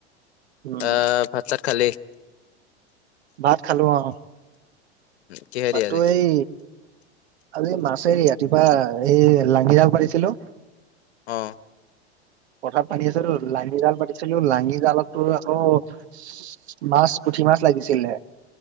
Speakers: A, on the right; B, on the left.
A: উম
B: আহ ভাতা চাত কালি
A: ভাত খালোঁ অহ
B: কিহেদি
A: ভাতটো
B: আজি
A: এই, আজি মাছ- আছে ৰাতিপুৱা এই, লাঙিৰাল পাতিছিলোঁ।
B: অহ
A: পথাৰত পানি আছেতো, লাহি জাল পাতিছিলোঁ, লাহি জালত তোৰ আকৌ মাছ পুঠি মাছ লাগিছিলে